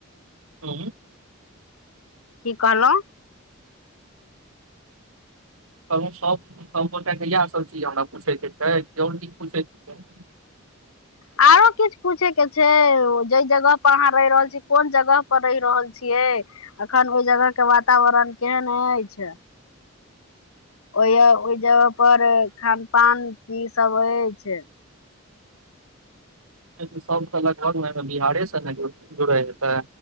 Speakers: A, on the right; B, on the left.
A: हूं
B: की कहलौं
A: कहलौं सब सब गोटा के इएह सब चीज हमरा पूछै के छै आओर किछ पूछै के छै
B: आरो किछ पूछे के छै जहि जगह पर अहाँ रहि रहल छियै कोन जगह पर रहि रहल छियै एखन ओहि जगह के वातावरण केहन अछि ओय ओहि जगह पर खान पान की सब अछि
A: सब लगभग बिहारे से ने जुड़ै हेतै